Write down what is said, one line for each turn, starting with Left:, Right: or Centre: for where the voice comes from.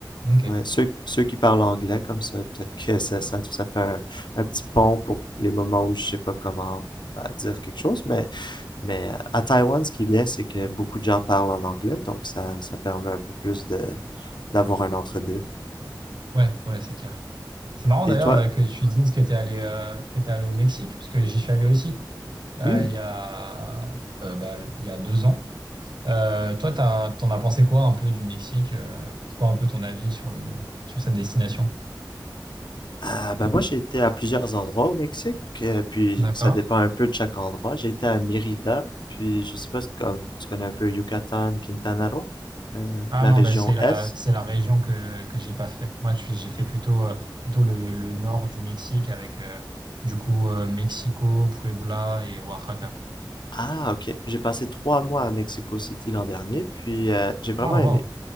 Right: Ok.
Left: Ouais, ceux, ceux qui parlent anglais comme ça, peut-être que ça, ça, ça fait un, un petit pont pour les moments où je sais pas comment bah, dire quelque chose, mais, mais euh, à Taïwan, ce qui est bien, c'est que beaucoup de gens parlent en anglais, donc ça, ça permet un peu plus de d'avoir un entre-deux.
Right: Ouais, ouais, c'est clair. C'est marrant
Left: Et
Right: d'ailleurs
Left: toi?
Right: euh, que tu dises que t'es allé euh, que t'es allé au Mexique, parce que j'y suis allé aussi euh,
Left: Hmm.
Right: il y a euh, bah, il y a deux ans. Euh, toi, t'as, t'en as pensé quoi un peu du Mexique? euh, c'est quoi un peu ton avis sur le sur cette destination?
Left: Ah, ben moi, j'ai été à plusieurs endroits au Mexique, euh, puis
Right: D'accord.
Left: ça dépend un peu de chaque endroit. J'ai été à Mérida, puis je sais pas si comme, tu connais un peu Yucatan, Quintana Roo, euh,
Right: Ah
Left: la
Right: non,
Left: région
Right: bah c'est la,
Left: Est.
Right: c'est la région que, que j'ai pas fait. Moi, je- j'ai fait plutôt, euh, plutôt le, le nord du Mexique avec, euh, du coup, euh, Mexico, Puebla et Oaxaca.
Left: Ah, ok. J'ai passé trois mois à Mexico City l'an dernier, puis euh, j'ai vraiment
Right: Ah,
Left: aimé.
Right: wow.